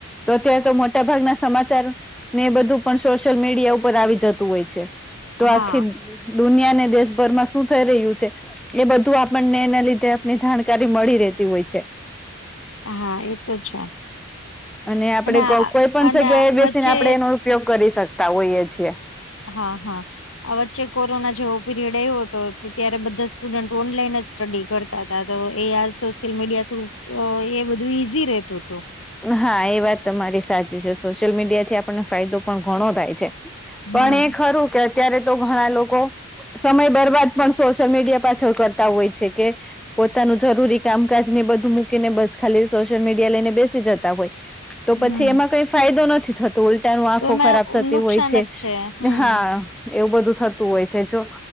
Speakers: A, in the centre; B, on the left.
A: તો અત્યારે તો મોટા ભાગના સમાચાર ને એ બધું પણ સોશિયલ મીડિયા ઉપર આવી જતું હોય છે તો
B: હા
A: આખી દુનિયાને દેશભરમાં શું થઈ રહ્યું છે એ બધું આપણને એના લીધે આપને જાણકાર ત્યા થી મળી રહેતી હોય છે.
B: હા એ તો છે.
A: અને આપણેે
B: આ
A: કોઈ પણ
B: અને
A: જગ્યાએ
B: આ
A: બેસીને
B: વચ્ચે
A: આપણે એનો ઉપયોગ કરી શકતા હોઈએ છીએ.
B: હા હા. આ વચ્ચે કોરોના જેવો પીરિયડ આવ્યો હતો તો ત્યારે બધા સ્ટુડન્ટ ઓનલાઈન જ સ્ટડી કરતા ત તા તો એ આ સોશિયલ મીડિયા થુ એ બધું ઈઝી રેતું હતું.
A: હા એ વાત તમારી સાચી છે સોશિયલ મીડિયા થી આપણને ફાયદો પણ ઘણો થાય છે.
B: હમ
A: પણ એ ખરું કે અત્યારે તો ઘણા લોકો સમય બરબાદ પણ સોશિયલ મીડિયા પાછળ કરતા હોય છે કે પોતાનું જરૂરી કામકાજ ને બધું મૂકીને બસ ખાલી સોશિયલ મીડિયા લઈને બે જે જતા હોય તો
B: હમ
A: પછી એમાં કઈ ફાયદો નથી થતો. તો ઉલટા ન આંખો
B: તો એમાં
A: ખરાબ થતી
B: નુકસાન
A: હોય છે
B: જ હમ
A: હા એવું બધું થતું હોય છે જો